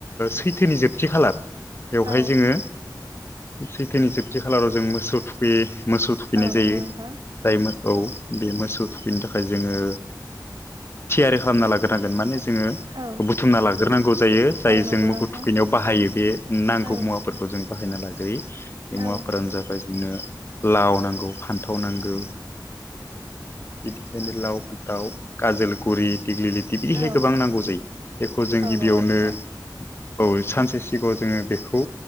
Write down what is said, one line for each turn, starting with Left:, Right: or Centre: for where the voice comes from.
Left: सैथोनि जोबथि खालार बेवहाय
Right: औ
Left: जोङो सैथोनि जोबथि खालाराव जों मोसौ थु बे मोसौ थुखैनाय
Right: औ नंगौ
Left: जायो
Right: नोंथां
Left: जाय औ बे मोसौ थखैनो थाखाय जोङो थियारि खालामना लाग्रोनांगोन माने जोङो
Right: औ
Left: बुथुमना लाग्रोनांगौ जायो
Right: औ
Left: जाय
Right: नंगौ
Left: जों मोखौ
Right: नोंथां
Left: थुखैनायाव बाहायो बे नांगौ
Right: औ
Left: मुवा फोरखौ जों बाहायना लाग्रययो बे मुवाफोरानो
Right: औ
Left: जाबाय जोंनो लाव नांगौ फान्थाव नांगौ बिदिखायनो लाव फथाव काजोलगुरि बिहाय
Right: औ
Left: गोबां नांगौ जायो बेखौ जों
Right: औ
Left: गिबियावनो
Right: नंगौ नोंथां
Left: औ सानसे सिगाङाव जोङो बेखौ